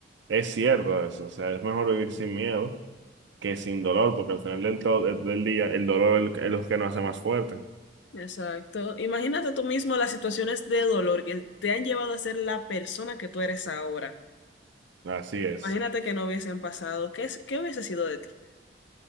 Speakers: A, on the right (about 70°); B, on the left (about 70°).
A: es cierto eso, o sea, es mejor vivir sin miedo que sin dolor, porque al final del, to- del día el dolor es el- es lo que nos hace más fuerte.
B: Exacto. Imagínate tú mismo las situaciones de dolor que te han llevado a ser la persona que tú eres ahora.
A: Así es.
B: Imagínate que no hubiesen pasado. ¿Qué, es- qué hubiese sido de ti?